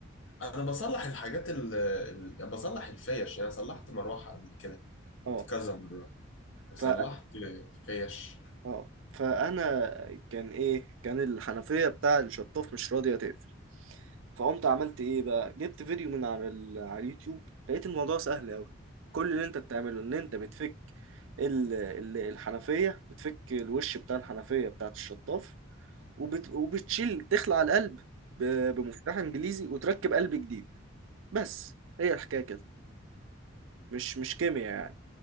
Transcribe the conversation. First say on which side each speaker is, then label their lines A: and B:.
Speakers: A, on the left (about 70°); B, on the right (about 70°).
A: انا بصلح الحاجات ال... ال... يعني بصلح الفيش يعني صلحت مروحه قبل كده
B: اه
A: كذا مره وصلحت
B: ف
A: فيش
B: اه فانا كان ايه كان الحنفية بتاع الشطاف مش راضية تقفل فقمت عملت ايه بقى جبت فيديو من على ال... على اليوتيوب لقيت الموضوع سهل قوي كل اللي انت بتعمله ان انت بتفك ال... ال- الحنفية بتفك الوش بتاع الحنفية بتاعت الشطاف وبت... وبتشيل تخلع القلب ب... بمفتاح انجليزي وتركب قلب جديد بس هي الحكاية كده مش مش كيمياء يعني